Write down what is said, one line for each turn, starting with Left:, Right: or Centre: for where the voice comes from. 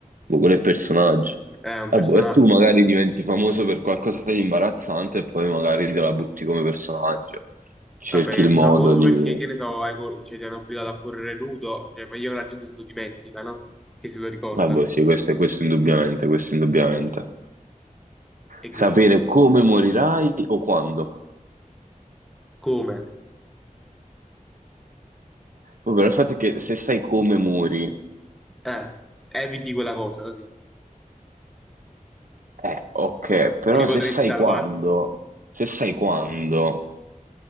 Right: boh, quello è il personaggio.
Centre: È un
Right: Ah,
Centre: personaggio.
Right: boh, e tu magari diventi famoso per qualcosa di imbarazzante e poi magari te la butti come personaggio. Cerchi
Centre: Vabbè, diventi
Right: il modo
Centre: famoso
Right: di...
Centre: perché, che ne so, hai co- cioè, ti hanno obbligato a correre nudo, cioè è meglio che la gente se lo dimentica, no? Che se lo ricorda.
Right: Ah, boh, sì, questo, questo indubbiamente, questo indubbiamente.
Centre: E
Right: Sapere
Centre: guizzo.
Right: come morirai o quando.
Centre: Come?
Right: Oh, però il fatto è che se sai come muori,
Centre: Eh, eviti quella cosa, capito?
Right: eh, ok, però
Centre: Quindi potresti
Right: se sai
Centre: salvarti.
Right: quando, se sai quando.